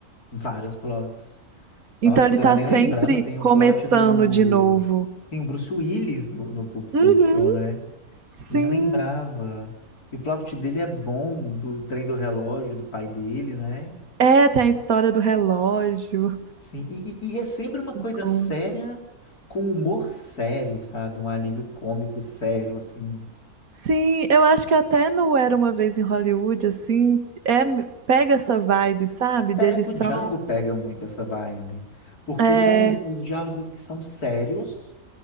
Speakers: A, on the left; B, on the right.
A: vários plots.
B: então
A: Nossa,
B: ele
A: eu tava
B: tá
A: nem
B: sempre
A: lembrando, tem
B: começando
A: o plot do.
B: de novo.
A: Tem o Bruce Willis no, no Pulp Fiction,
B: Uhum,
A: né?
B: sim.
A: Nem lembrava. E o plot dele é bom, do trem do relógio, do pai dele, né?
B: É, tem a história do relógio.
A: Sim. E, e- e é sempre uma
B: Me
A: coisa
B: conta.
A: séria, com humor sério, sabe? Um alívio cômico sério, assim.
B: Sim, eu acho que até no Era Uma Vez em Hollywood, assim, é, pega essa vibe, sabe?
A: Pega,
B: Deles
A: o
B: são.
A: Django pega muito essa vibe, porque
B: É.
A: são os, os diálogos que são sérios,